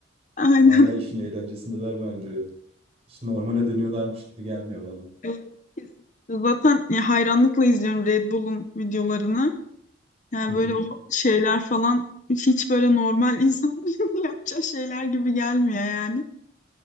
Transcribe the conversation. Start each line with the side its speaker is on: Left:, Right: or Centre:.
Left: <laughs> Aynen.
Right: Hala işin eğlencesindeler bence. Hiç normale dönüyorlarmış gibi gelmiyor bana.
Left: Evet, kesinlikle. Zaten ya hayranlıkla izliyorum Red Bull'un videolarını. Yani
Right: Hı
Left: böyle
Right: hı.
Left: o şeyler falan hiç, hiç böyle normal insanların <laughs> yapacağı şeyler gibi gelmiyor yani.